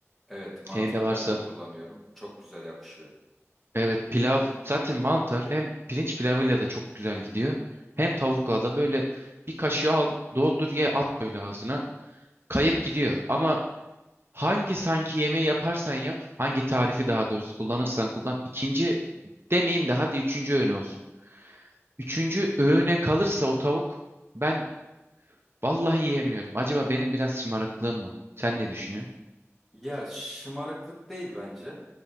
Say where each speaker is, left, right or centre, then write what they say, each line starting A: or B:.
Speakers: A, in the centre; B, on the right.
A: Evet mantar
B: Evde varsa.
A: ben de kullanıyorum. Çok güzel yakışıyor.
B: Evet pilav zaten mantar hem pirinç pilavıyla da çok güzel gidiyor. Hem tavukla da böyle bir kaşığı al doldur ye at böyle ağzına. Kayıp
A: Evet.
B: gidiyor. Ama hangi sanki yemeği yaparsan yap. Hangi tarifi daha doğrusu kullanırsan kullan. ikinci demeyeyim de hadi üçüncü öğün olsun. Üçüncü öğüne kalırsa o tavuk ben Vallahi yiyemiyorum. Acaba benim biraz şımarıklığım mı? Sen ne düşünüyorsun?
A: Ya şımarıklık değil bence.